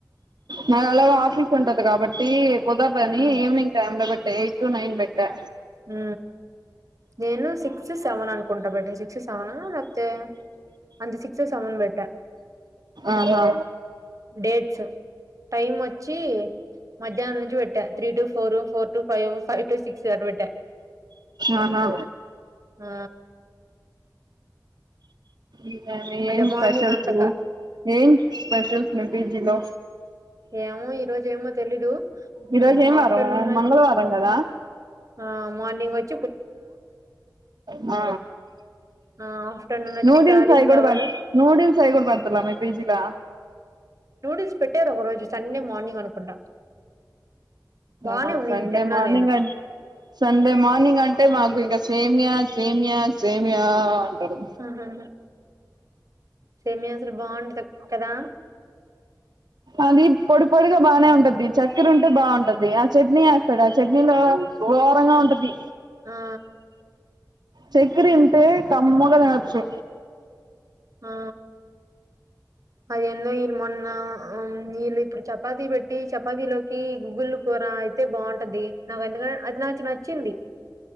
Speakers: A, on the right (about 65°); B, on the right (about 50°).
A: నాకు ఎలాగొ ఆఫీస్ ఉంటది కాబట్టి కుదరదని
B: ఉమ్,
A: ఈవినింగ్ టైం లో పెట్ట ఎయిట్ టు నైన్ పెట్టా
B: ఊ నేను సిక్స్ సెవెన్ అనుకుంటా బట్ సిక్స్ సెవెన్ లేకపోతే అంటె సిక్స్ సెవన్ పెట్టా
A: ఆహా
B: డేట్స్ టైం వచ్చి మధ్యాహ్నం నుంచి పెట్టా three to four four to five five to six అట్ పెట్ట
A: ఆహా
B: ఆ
A: ఇదమి
B: అంటే
A: ఏం
B: మార్నింగ్
A: స్పెషల్సు
B: అంత
A: ఏం స్పెషల్స్ మీ పీజీలో
B: ఏమో ఈ రోజు ఏమో తెలీదు
A: ఈరోజు
B: ఉహు
A: ఏం
B: ఆఫ్టర్నూన్
A: వారం మంగళవారం కదా
B: ఆ మార్నింగ్ వచ్
A: ఆ
B: ఆ ఆఫ్టర్నూన్ వచ్చి
A: నూడిల్స్
B: కాలీఫ్లవర్
A: అయి కూడా పె నూడిల్స్ అవి కూడా పెడుతున్నారా మీ పీజీ ల
B: నూడిల్స్ పెట్టారు ఒకరోజు సండే మార్నింగ్ అనుకుంటా బానే
A: మాకు
B: ఉన్నింది
A: సండే
B: తిన్నా
A: మార్నింగ్
B: నేను
A: అ సండే మార్నింగ్ అంటే మాకు ఇంకా సేమియా సేమియా సేమియా అంటడు
B: ఆహాహ సేమియా అసలు బాగుండదు కదా
A: అది పొడి పొడిగా బాగానే ఉంటది చక్కెర ఉంటే బాగుంటది ఆ చట్నీ వేస్తాడు ఆ చట్నీలో గోరంగా ఉంటది
B: ఆ
A: చక్కర ఇంటే కమ్మగ తినొచ్చు
B: ఆ అది ఏందో ఈలు మొన ఆ వీళ్ళు ఇప్పుడు చపాతి పెట్టి చపాతి లోకి గుగ్గుల్లా కూర అయితే బాగుంటది నాకు ఎందుకం అది నాకు నచ్చింది